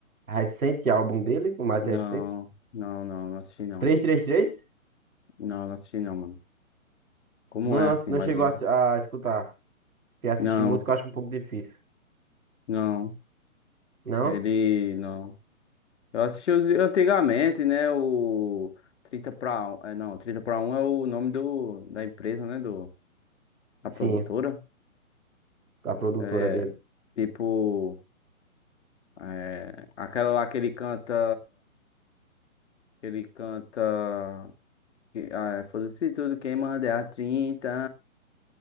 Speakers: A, on the right (about 80°); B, on the left (about 55°).
A: recente álbum dele, o mais
B: Não,
A: recente.
B: não, não, não assisti não.
A: três três três
B: Não, não assisti não, mano. Como
A: Não,
B: é assim,
A: não
B: mais
A: chegou
B: um?
A: a, ass- a escutar. Porque assistir
B: Não,
A: música eu acho um pouco difícil.
B: não,
A: Não?
B: ele não. Eu assisti os antigamente, né? O Trinta pra um, é, não, Trinta pra um é o nome do, da empresa, né? Do, da
A: Sim,
B: produtora.
A: a produtora
B: É,
A: dele.
B: tipo. É, aquela lá que ele canta. Que ele canta. Que, ah, é, foda-se tudo quem manda é a trinta